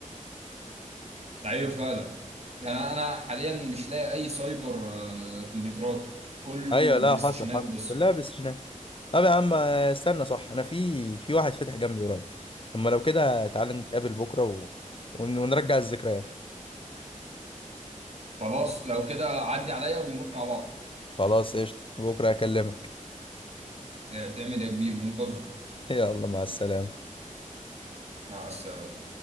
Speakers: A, on the right (about 50°); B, on the left (about 40°).
A: ايوه فعلا يعني انا حاليا مش لاقي اي سايبر آه، كمبيوترات كله
B: ايوه لا
A: بلاي
B: حصل
A: ستيشنات
B: حصل
A: بس
B: كلها بلاي ستيشنات طب يا عم آه، استنى صح انا في في واحد فتح جنبي قريب اما لو كده تعالى نتقابل بكره و... ون- ونرجع الذكريات
A: خلاص لو كده عدي عليا ونروح مع بعض
B: خلاص قشطة بكره اكلمك
A: آه، تعمل يا كبير منتظر
B: <laughs> يلا مع السلامه
A: مع السلامة